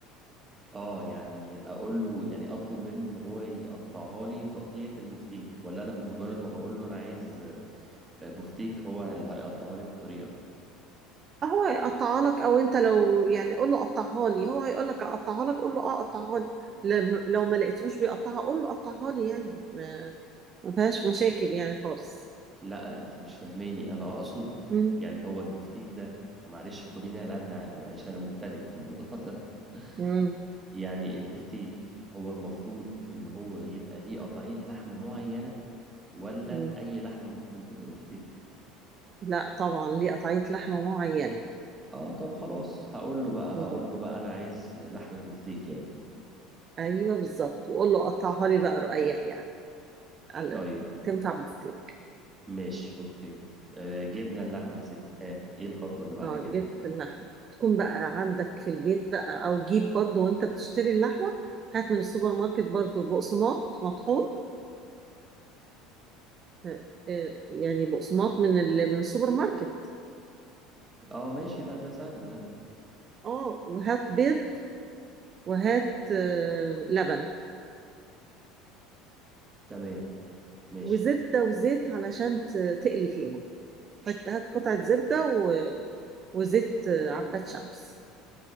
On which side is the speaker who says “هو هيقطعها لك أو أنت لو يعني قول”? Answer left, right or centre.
Right